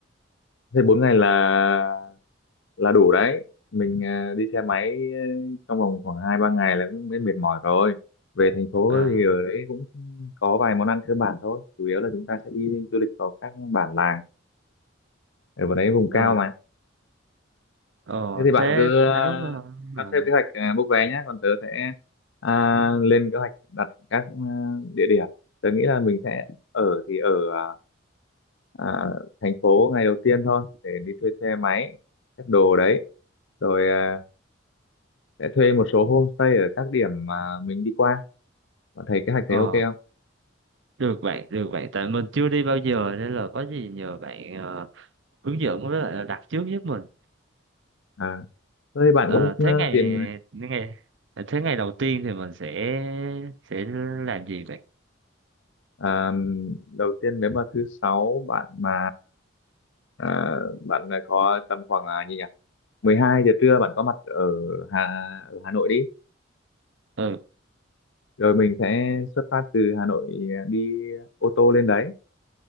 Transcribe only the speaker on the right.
à
rồi
ờ
thế
nếu
mà mà-
ờ
được bạn được bạn tại mình chưa đi bao giờ nên là có gì nhờ bạn ờ, hướng dẫn với lại là đặt trước giúp mình
Ờ,
thế
ngày
ngày ờ, thế ngày đầu tiên thì mình sẽ sẽ làm gì vậy?
Ừ,